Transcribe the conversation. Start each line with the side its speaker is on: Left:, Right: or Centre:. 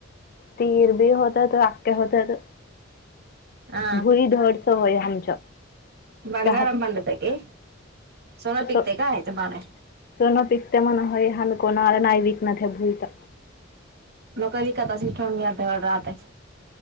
Left: तीर भी होत त आक्े होते त
Right: हा
Left: भुईधड स होय हमच्या
Right: बंगाराम
Left: त्या
Right: पंडत की सोनं पिकते
Left: स्वण
Right: काय तुम्हाला
Left: पितते मना आहे हल कोणाला नाही विकणार ह भुईता
Right: लक विक तच ठून मी आ राहते